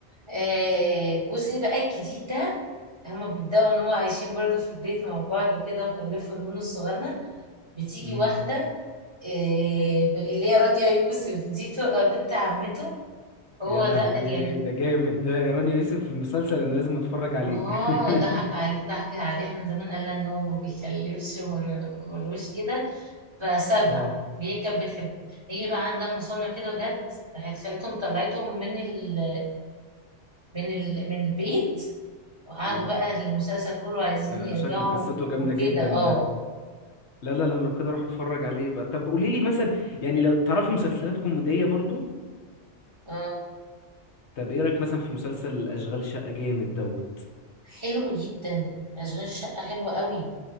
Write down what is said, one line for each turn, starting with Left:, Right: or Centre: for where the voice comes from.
Right: آه، جوزي بقى الجديد ده هما بيبدأوا ان هو عايشين برضه في البيت مع بعض كده وخلفوا النونو الصغنن بتيجي
Left: امم
Right: واحدة آه، اللي هي رانيا يوسف دي تبقى بنت عمته هو
Left: يا لهوي
Right: ده يعني
Left: ده جامد ده يا رانيا يوسف في المسلسل انا لازم اتفرج عليه
Right: اه
Left: <laughs>
Right: ضحك علي ضحك عليها من زمان قال لها ان هو ما بيخلفش وما- ملوش كده فسابها
Left: اه
Right: هي كانت بتحبه هي بقى عندها مصنع كده وجت راحت خالتهم طلعتهم من ال من ال... من البيت وقعدوا
Left: اه
Right: بقى المسلسل كله عايزين
Left: ده
Right: يرجعوا
Left: شكل قصته جامدة
Right: وكده
Left: جدا
Right: اه
Left: ده لا لا لا أنا لو كده اروح اتفرج عليه بقى طب قولي لي مثلا يعني لو تعرفي مسلسلات كوميدية برضو
Right: اه
Left: طب ايه رأيك مثلا في مسلسل اشغال شقة جامد دوت
Right: حلو جدا اشغال شقة حلوة قوي